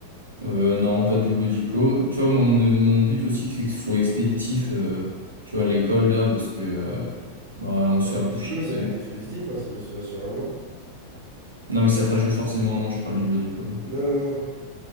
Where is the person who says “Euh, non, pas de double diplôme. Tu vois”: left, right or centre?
Right